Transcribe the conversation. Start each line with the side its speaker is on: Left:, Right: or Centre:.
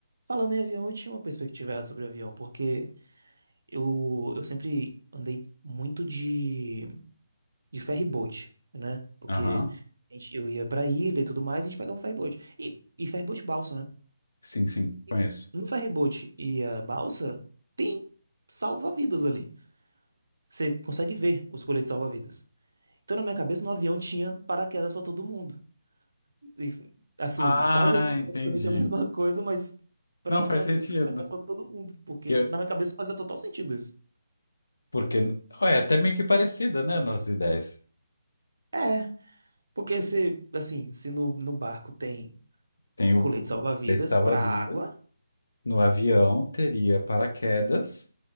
Right: Falando em avião, eu tinha uma perspectiva errada sobre avião, porque Eu, eu sempre andei muito de, de ferry boat, né? Porque
Left: Aham,
Right: a gente- eu ia pra ilha e tudo mais, a gente pegava um ferry boat. E, e ferry boat balsa, né?
Left: Sim, sim,
Right: E
Left: conheço.
Right: no ferry boat e a balsa tem salva-vidas ali. Você consegue ver os coletes salva-vidas. Então, na minha cabeça, no avião tinha paraquedas pra todo mundo. E, assim,
Left: Ah,
Right: quase
Left: entendi.
Right: praticamente a <laughs> mesma coisa, mas pra
Left: Não
Right: mim
Left: faz
Right: no avião
Left: sentido.
Right: tinha paraquedas pra todo mundo. Porque
Left: Que-
Right: na minha cabeça fazia total sentido isso.
Left: porque, olha é até meio que parecida, né, nossas ideias.
Right: é Porque se, assim, se no, no barco tem
Left: Tem o,
Right: colete
Left: o
Right: salva-vidas
Left: colete salva-vidas,
Right: pra água,
Left: no avião teria paraquedas